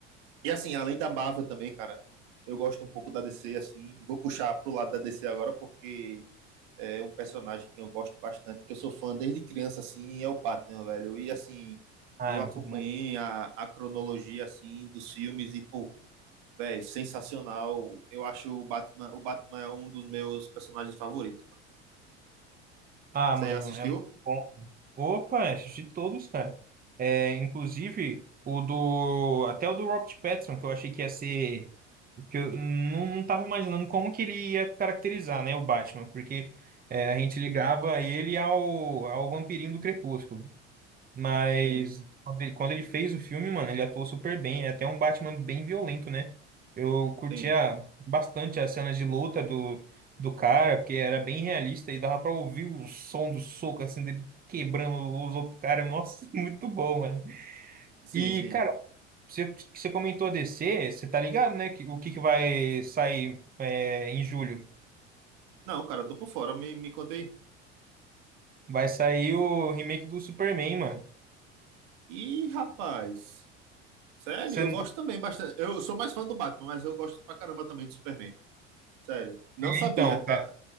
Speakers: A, on the right (about 65°); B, on the right (about 25°).
A: E assim, além da Marvel também, cara, eu gosto um pouco da DC, assim. Vou puxar pro lado da DC agora, porque é um personagem que eu gosto bastante, que eu sou fã desde criança, assim, é o Batman, velho. E assim,
B: Ah,
A: eu
B: é
A: acompanhei
B: muito bom.
A: a, a cronologia, assim, dos filmes e, pô, velho, sensacional. Eu acho o Batman, o Batman é um dos meus personagens favoritos, mano.
B: Ah,
A: Você
B: mano,
A: já assistiu?
B: é muito bom. Opa, assisti todos, cara. É, inclusive o do até o do Robert Pattinson, que eu achei que ia ser que eu não, não tava imaginando como que ele ia caracterizar, né, o Batman, porque é, a gente ligava ele ao ao vampirinho do Crepúsculo. Mas
A: Sim,
B: quando ele quando ele fez o filme, mano, ele atuou super bem. É até um Batman bem violento, né? Eu curtia
A: sim,
B: bastante as cenas de luta do, do cara, porque era bem realista e dava pra ouvir o som do soco, assim, dele quebrando os outros caras. Nossa, <laughs> muito bom, mano.
A: sim,
B: E,
A: sim.
B: cara, você, você comentou DC, você tá ligado, né? que- O que, que vai sair é, em julho?
A: Não, cara, eu tô por fora, me, me contei.
B: Vai sair o remake do Superman, mano.
A: Ih, rapaz, sério,
B: Você,
A: eu gosto também bastante. Eu sou mais fã do Batman, mas eu gosto pra caramba também do Superman. Sério, não sabia,
B: então,
A: tá?